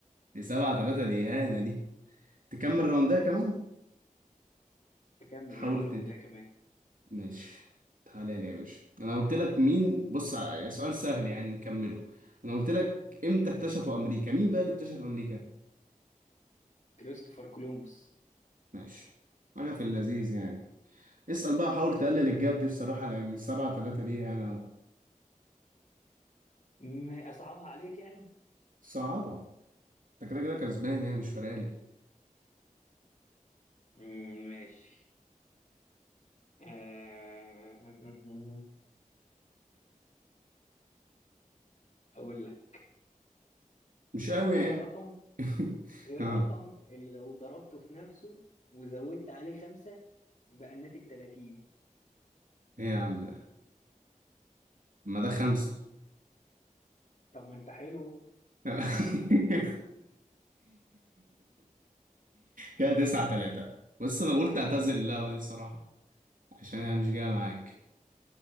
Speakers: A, on the right; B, on the left.
A: دي سبعة تلاتة دي اهانة دي تكمل راوندها كمان
B: تكمل
A: تحاول
B: يا عم روندها كمان
A: ماشي تعالى لي يا باشا انا قلت لك مين بص ع- سؤال سهل يعني نكمله انا قلت لك امتى اكتشفوا امريكا مين بقى اللي اكتشف امريكا
B: كريستوفر كولومبوس
A: ماشي حاجه في اللذيذ يعني اسال بقى حاول تقلل الجاب دي بصراحه لان السبعة تلاتة دي انا
B: م- اصعبها عليك يعني
A: صعبه انت كده كده كسبان يعني مش فارق لي
B: م- ماشي آه، آه، آه، آه، آه، آه. اقول لك
A: مش قوي
B: ايه
A: يعني
B: الرقم
A: <laughs>
B: ايه
A: ها
B: الرقم اللي لو ضربته في نفسه وزودت عليه خمسة بقى الناتج 30
A: ايه يا عم ده ما ده خمسة
B: طب ما انت حلو
A: <laughs> كده تسعة تلاتة بس انا قلت اعتزل اللعبه دي بصراحه عشان هي مش جاية معاك